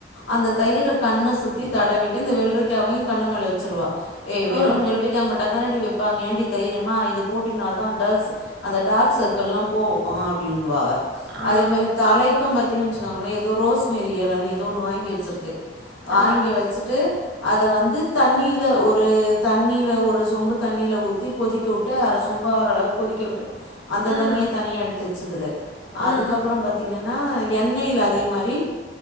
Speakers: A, on the left; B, on the right.
A: அந்த தயிர
B: ஆ
A: கண்ண சுத் சுத்தி தடவிட்டு இந்த வெள்ரிக்காவையு கண்ணுமேல வச்சுருவா ஏ வெறு
B: ஆ
A: வெள்ரிக்கா மட் ட தனாடி வைப்பாங்க ஏண்டி தயிரு அம்மா இது போட்டின்னா தா டக்ஸ் அந்த டாக்ஸ் சர்க்கிள்லா போ பா அப்டின்னுவாவ
B: ஆ
A: அதே மாரி தலைக்கு பத் சொன்னாங்கள ஏதோ ரோஸ்மரி எலனு ஏதோ ஒன்னு வாங்கி வச்சிருக் வாங்கி
B: ஆ ஆ
A: வச்சுட்டு அத வந்து தண்ணீல ஒரு தண்ணீல ஒரு சொம்பு தண்ணியில ஊத்தி கொதிக்க விட்டு அர சொம்பு அர அளவு கொதிக்க விட்டு அந்த
B: ம்
A: தண்ணிய தனியா எடுத்து வச்சுக்குது
B: ம்
A: அதுக்கப்புறம் பாத்திங்கன்னா எண்ணெயில அதே மாரி